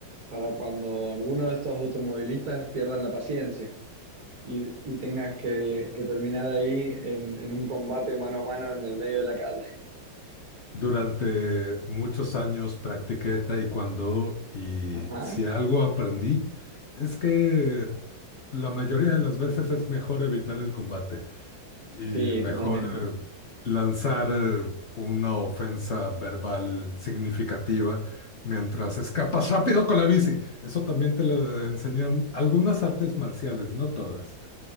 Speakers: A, on the right (about 50°); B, on the left (about 55°).
A: para cuando alguno de estos automovilistas pierdan la paciencia y, y tengas que, que terminar ahí en, en un combate mano a mano en el medio de la calle.
B: Durante muchos años practiqué taekwondo y
A: Ajá.
B: si algo aprendí es que la mayoría de las veces es mejor evitar el combate. y
A: Sí,
B: mejor
A: totalmente.
B: eh, lanzar eh, una ofensa verbal significativa mientras escapas rápido con la bici. Eso también te lo enseñan algunas artes marciales, no todas.